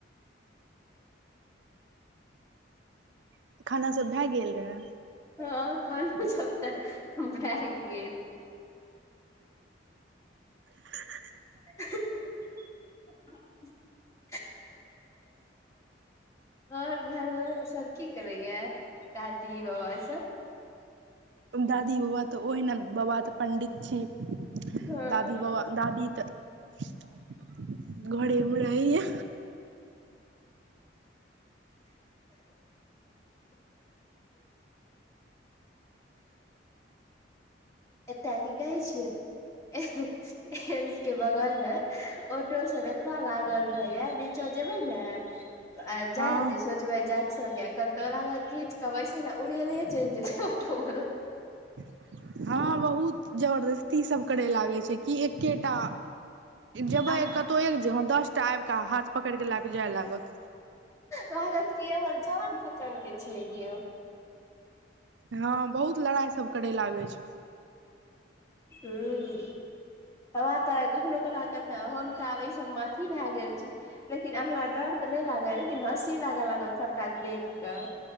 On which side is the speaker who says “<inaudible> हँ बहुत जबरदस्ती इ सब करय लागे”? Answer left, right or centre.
Right